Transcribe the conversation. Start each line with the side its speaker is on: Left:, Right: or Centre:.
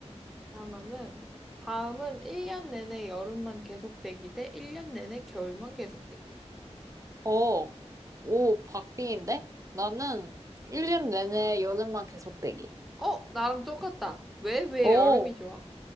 Centre: 그러면은 다음은 1년 내내 여름만 계속되기 대 1년 내내 겨울만 계속되기.
Right: 어, 오, 박빙인데? 나는 1년 내내 여름만 계속 대기.
Centre: 어, 나랑 똑같다. 왜, 왜
Right: 오,
Centre: 여름이 좋아?